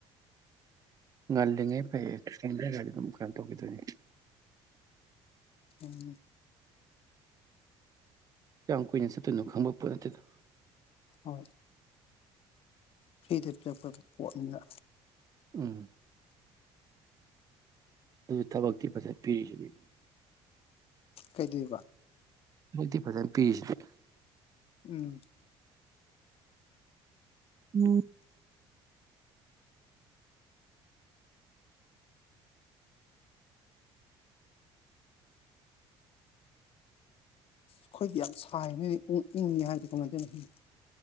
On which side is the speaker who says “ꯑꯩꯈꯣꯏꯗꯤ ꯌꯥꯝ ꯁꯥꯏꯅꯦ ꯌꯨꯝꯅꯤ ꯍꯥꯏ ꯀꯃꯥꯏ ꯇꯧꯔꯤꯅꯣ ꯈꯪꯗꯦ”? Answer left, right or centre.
Left